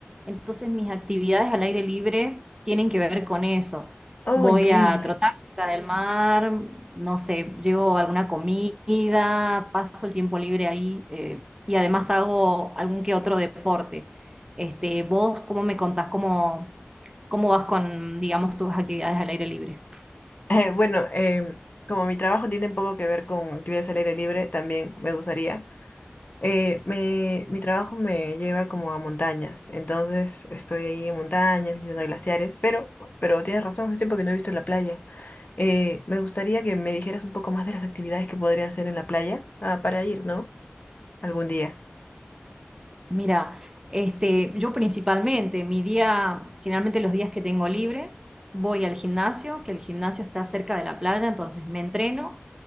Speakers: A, on the right; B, on the left.
A: Entonces mis actividades al aire libre tienen que ver con eso.
B: Oh,
A: Voy
B: increíble.
A: a trotar cerca del mar, no sé, llevo alguna comida, paso el tiempo libre ahí eh, y además hago algún que otro deporte. Este, ¿vos cómo me contás cómo ¿Cómo vas con, digamos, tus actividades al aire libre?
B: Eh, bueno, em, como mi trabajo tiene un poco que ver con actividades al aire libre, también me gustaría. Eh, me- mi trabajo me lleva como a montañas, entonces estoy ahí en montañas, visitando glaciares, pero, pero tienes razón, hace tiempo que no he visto la playa. Eh, me gustaría que me dijeras un poco más de las actividades que podría hacer en la playa. Ah, para ir, ¿no? Algún día.
A: Mira, este, yo principalmente, mi día, generalmente los días que tengo libre, voy al gimnasio, que el gimnasio está cerca de la playa, entonces me entreno,